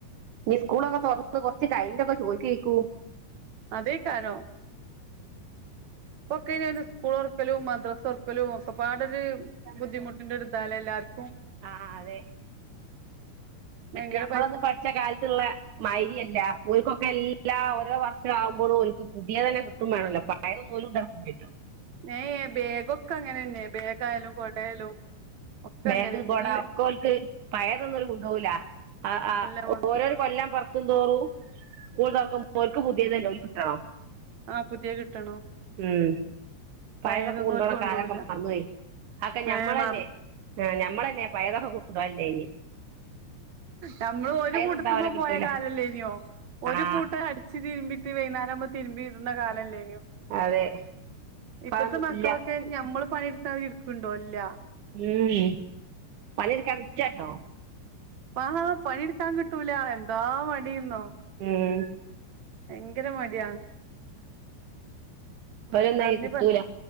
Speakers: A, on the right; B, on the right.
A: നീ സ്കൂളൊക്കെ തുറന്നത് കൊറച്ച് ടൈന്റെൊക്കെ ചോയികെക്കു
B: അതേക്കാരോ ഇപ്പോ ഒക്കിന്നുംസ്കൂൾ ഓറക്കലും മദ്രസ തെറക്കലും ഒക്കെ പാടൊരു ബുദ്ധിമുട്ടിന്റെ ഇതല്ല എല്ലാർക്കും
A: ആഹ് അതെ
B: ഭയങ്കര
A: നമ്മള്
B: പൈസ
A: പഠിച്ച കാലത്ത്ഉള്ള മയിരി അല്ല ഓൽക്ക് എല്ലാം ഒരോ വർക്ക് ഇ ആകുമ്പോഴോക്ക് പുതിയ തന്നെ കിട്ടും വേണല്ലോ പയൊന്നുമലും ഇണ്ടാക്കൂല്ലലോ
B: എ ബേഗൊക്കെ അങ്ങനെന്നെയ ബേഗായാലും കൊടയാലും ഒക്കെ
A: ബെഗ്
B: അങ്ങനെന്നെ
A: കൊട
B: എല്ല
A: ഒക്കോൽക്ക് പയതൊന്നും കൊണ്ടോവുല ആ ആ
B: എല്ലാം കൊ
A: ഓരോ കൊല്ലാം പുറ കും തോറും സ്കൂൾ തുറക്കുമ്പോക്ക് പുതിയ തന്നെ ഓല്ക് കിട്ടണം
B: ആ പുതിയ കിട്ടണം
A: ഉം പയതൊക്കെ
B: പഴയതൊന്നും
A: കൊണ്ടപോണം
B: ഓല് കൊണ്ടോവൂല
A: കാലൊക്കെ മറന്നു പോയിഅക്കെ ഞമ്മളല്ലേ
B: ഏഹ് മ
A: ആ നമ്മള്ള്തന്നെ പയതൊക്കെ കൊണ്ടുപോവലുണ്ടായത്
B: നമ്മള് ഒരു കൂട്ടത്തുമ്പോ
A: കൊണ്ടോവലെ കിട്ടൂല
B: പോയ കാലല്ലേ നോ ഒരു
A: ആ
B: കൂട്ടം അടിച്ച് തിരുമ്പിട്ട് വൈന്നരം തിരുമ്പി ഇട്ന്ന കാലല്ലേനോ
A: അതെ ഇപ്പതൊന്നും
B: ഇപ്പത്തെ മക്കളൊക്കെ
A: ഇല്ല
B: ഞമ്മള് പണിടുക്കാ ഇരിക്കണ്ടോ ഇല്ല
A: ഉം പണി എടുകാൻ നിച്ചണ്ടോ
B: ആ പണിയെടുക്കാൻ കിട്ടൂല എന്താ മടിന്നോ
A: ഉം
B: ഭങ്കര മടിയാ
A: അവരെന്നായി
B: പറഞ്ഞ്
A: കിട്ടൂല
B: പ